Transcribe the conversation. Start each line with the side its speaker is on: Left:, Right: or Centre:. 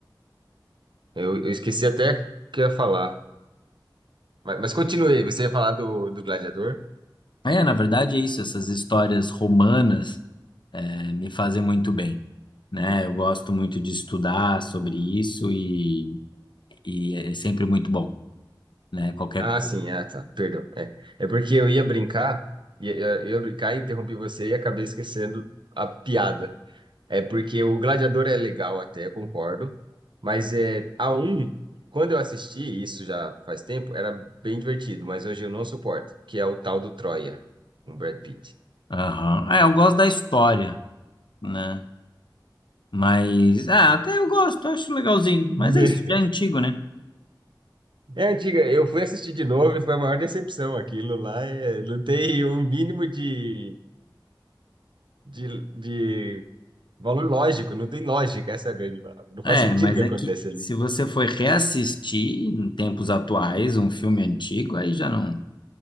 Right: eu, eu esqueci até o que eu ia falar. Mas, mas continuei, você ia falar do, do Gladiador?
Left: É, na verdade é isso, essas histórias romanas eh, me fazem muito bem, né? Eu gosto muito de estudar sobre isso e, e é sempre muito bom, né? Qualquer.
Right: Ah, sim, ah, tá, perdão. É, é porque eu ia brincar, ia, ia- eu ia brincar e interrompi você e acabei esquecendo a piada. É porque o Gladiador é legal até, concordo. Mas é a um, quando eu assisti, isso já faz tempo, era bem divertido, mas hoje eu não suporto, que é o tal do Troia, com o Brad Pitt.
Left: Aham. Ah, eu gosto da história, né? Mas, ah, até eu gosto, acho legalzinho.
Right: <laughs>
Left: Mas é isso, já é antigo, né?
Right: É antiga, eu fui assistir de novo e foi a maior decepção. Aquilo lá é, não tem um mínimo de, de, de valor lógico, não tem lógica, essa é a grande palavra. Não
Left: É,
Right: faz sentido
Left: mas
Right: o que
Left: é
Right: acontece
Left: que
Right: ali.
Left: se você for reassistir em tempos atuais um filme antigo, aí já não,